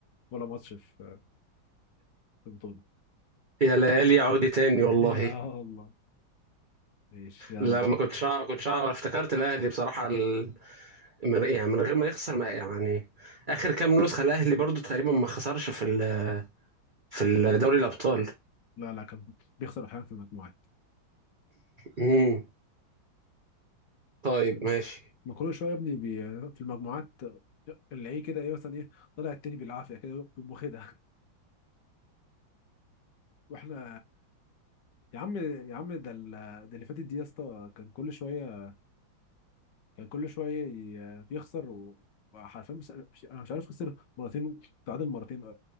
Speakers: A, on the left; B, on the right.
A: ولا ماتش في في البطوله
B: يا ليالي عودي تاني والله
A: <laughs> يا الله ماشي يلا
B: لا ما كنتش أعرف كنتش أعرف افتكرت الأهلي بصراحة ال... من... يعني من غير ما يخسر ما يعني آخر كام نسخة الأهلي برضو تقريبا ما خسرش في ال... في ال- دوري الأبطال
A: لا لا كان بيخسر احيانا في المجموعات
B: امم طيب ماشي
A: ما كل شويه يا ابني بي... في المجموعات اللي ايه كده ايه مثلا ايه طلع التاني بالعافيه كده يقوم واخدها واحنا يا عم يا عم ده ال- ده اللي فاتت دي يا اسطى كان كل شويه كان كل شويه ي- يخسر و- وحرفيا مش مش- انا مش عارف خسر مرتين تعادل مرتين